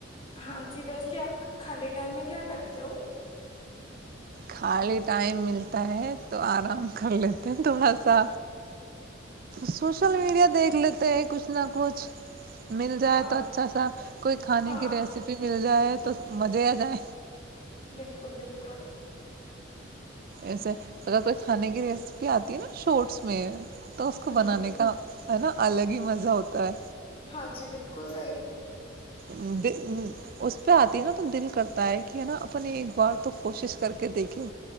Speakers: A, on the left; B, on the right.
A: ہاں جی ویسے آپ خالی ٹائم میں کیا کرتے ہو
B: خالی ٹائم ملتا ہے تو آرام کر لیتے ہیں تھوڑا سا سوشل میڈیا دیکھ لیتے ہیں کچھ نہ کچھ مل جائے
A: ہاں
B: تو اچھا سا کوئی کھانے
A: ہاں
B: کی ریسیپی مل جائے تو مزے جائ
A: بالکل بالکل
B: ایسے اگر کوئی کھانے کی ریسیپی آتی ہے نا شارٹس میں تو اس کو
A: ہوں
B: بنانے کا ہے نا الگ ہی مزہ ہوتا ہے
A: ہاں جی بالکل سیح
B: <inaudible> اس پہ آتی ہے نا ت دل کرتا ہے کہ ہے نا اپنے ایک بار تو کوشش کر کے دیکھے